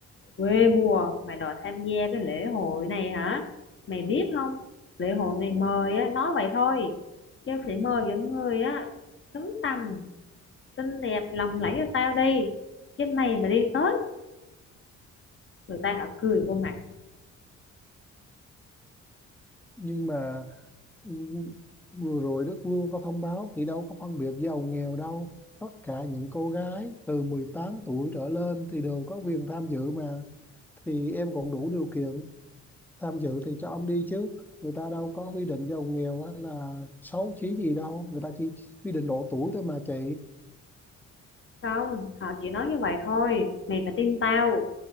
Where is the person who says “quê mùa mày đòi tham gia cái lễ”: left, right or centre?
Left